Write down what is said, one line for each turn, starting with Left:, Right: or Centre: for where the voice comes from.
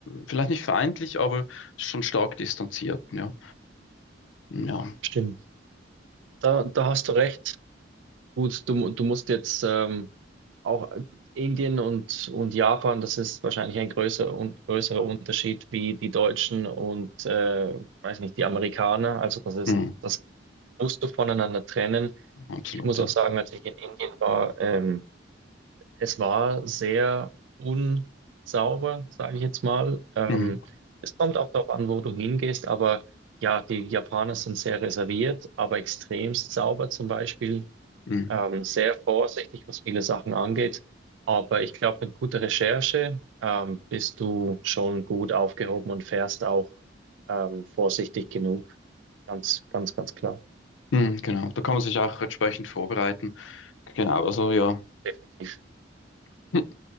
Left: vielleicht nicht feindlich, aber schon stark distanziert, ja. Ja,
Right: Stimmt. Da, da hast du recht. Gut, du, mu- du musst jetzt ähm, auch Indien und, und Japan, das ist wahrscheinlich ein größer, un, größerer Unterschied wie die Deutschen und, äh, weiß nicht, die Amerikaner. Also das ist,
Left: hm,
Right: das musst du voneinander trennen.
Left: absolut,
Right: Ich muss
Left: ja.
Right: auch sagen, als ich in Indien war, ähm, es war sehr unsauber, sage ich jetzt mal. Ähm,
Left: Mhm.
Right: es kommt auch darauf an, wo du hingehst, aber ja, die Japaner sind sehr reserviert, aber extremst sauber zum Beispiel
Left: Mhm.
Right: ähm, sehr vorsichtig, was viele Sachen angeht. Aber ich glaube, mit guter Recherche ähm, bist du schon gut aufgehoben und fährst auch ähm, vorsichtig genug. Ganz, ganz, ganz klar.
Left: Hm, genau, da kann man sich auch entsprechend vorbereiten. Genau, also ja,
Right: Definitiv.
Left: <laughs> hm,